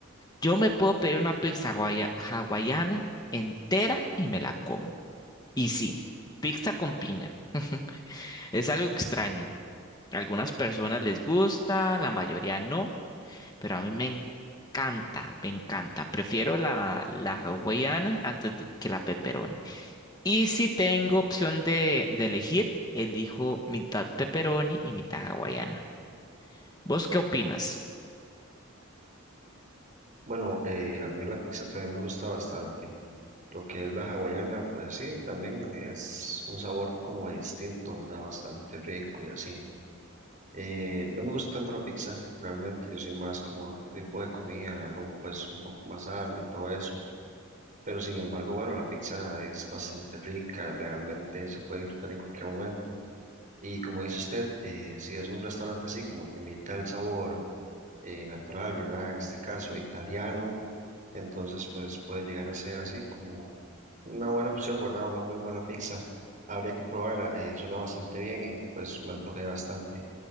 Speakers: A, on the left; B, on the right.
A: Yo me puedo pedir una pizza hawai- hawaiana entera y me la como. Y sí, pizza con piña. <laughs> Es algo extraño. A algunas personas les gusta, la mayoría no, pero a mí me encanta, me encanta. Prefiero la, la hawaiana antes de- que la pepperoni. Y si tengo opción de, de elegir, elijo mitad pepperoni y mitad hawaiana. ¿Vos qué opinas?
B: Bueno, eh, a mí la pizza también me gusta bastante. Lo que es la hawaiana, pues sí, también es un sabor como distinto, ¿verdad? Bastante rico y así. Eh, no me gusta tanto la pizza, realmente. Yo soy más como otro tipo de comida, algo pues un poco más sano y todo eso. Pero sin embargo, bueno, la pizza es bastante rica, realmente se puede disfrutar en cualquier momento. Y como dice usted, eh, si es un restaurante así como que imita el sabor eh, natural, ¿verdad? En este caso, italiano entonces, pues puede llegar a ser así como una buena opción, ¿verdad? Una muy buena pizza. Habría que probarla, eh, suena bastante bien y pues me antojé bastante.